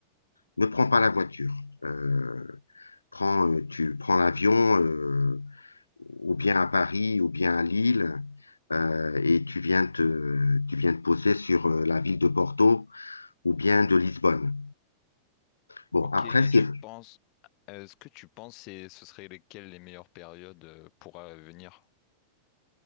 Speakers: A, on the left; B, on the left.
A: ne prends pas la voiture. Euh, prends, euh, tu prends l'avion, euh, ou bien à Paris, ou bien à Lille, euh, et tu viens te, tu viens te poser sur euh, la ville de Porto ou bien de Lisbonne. Bon,
B: Ok,
A: après,
B: et
A: c'est
B: tu penses, est-ce que tu penses que ce serait lesquelles les meilleures périodes euh, pour euh, venir?